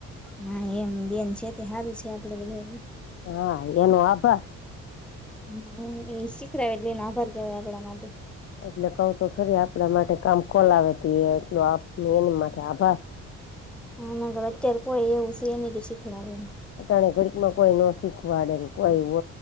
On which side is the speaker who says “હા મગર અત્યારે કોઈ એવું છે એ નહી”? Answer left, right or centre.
Centre